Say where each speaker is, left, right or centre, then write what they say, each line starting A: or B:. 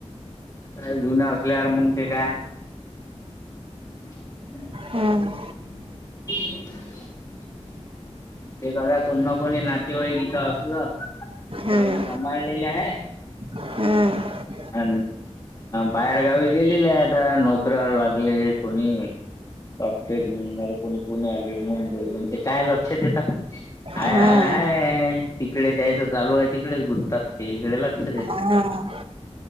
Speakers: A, on the left; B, on the right.
A: हे जुन असल्यावर मग ते काय <unintelligible>
B: हम्म
A: <unintelligible> ते क कोण ना कोणी नातेवाई इथं असलं स
B: हम्म
A: सांभाळलेले आहे.
B: हम्म
A: अ बाहेरगावी गेलेले आहेत नोकऱ्यावर लागले कोणी सॉफ्टवेअरणार कोणी पुणे आले मुंबई म्हण ते काय लक्षात येत हय
B: हम्म
A: हाय हाय तिकडे द्यायचं चालू आहे तिकडेच घुसतात ते इकडे लक्ष देत
B: हम्म